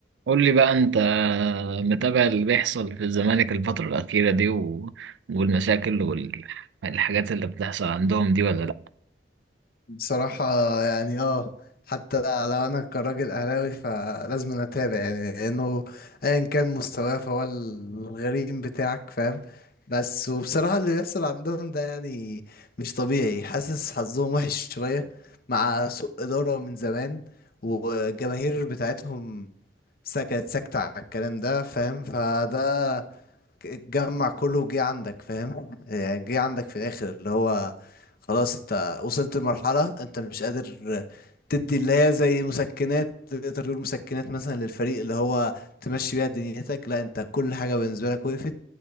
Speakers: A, on the right (about 80°); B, on the left (about 55°).
A: قول لي بقى انت متابع اللي بيحصل في الزمالك الفترة الأخيرة دي و... والمشاكل والحاجات اللي بتحصل عندهم دي ولا لأ؟
B: بصراحة يعني اه حتى لو انا كراجل اهلاوي فلازم أنا اتابع يعني لانه ايا كان مستواه فهو الغريم بتاعك فاهم بس وبصراحة اللي بيحصل عندهم ده يعني مش طبيعي حاسس حظهم وحش شوية مع سوء إدارة من زمان والجماهير بتاعتهم سا- كانت ساكتة على الكلام ده فاهم فده جمع كله وجه عندك فاهم يعني جه عندك في الاخر اللي هو خلاص انت وصلت لمرحلة انت مش قادر تدي اللي هي زي مسكنات تقدر تقول مسكنات مثلا للفريق اللي هو تمشي بيها دنيتك لا انت كل حاجة بالنسبة لك وقفت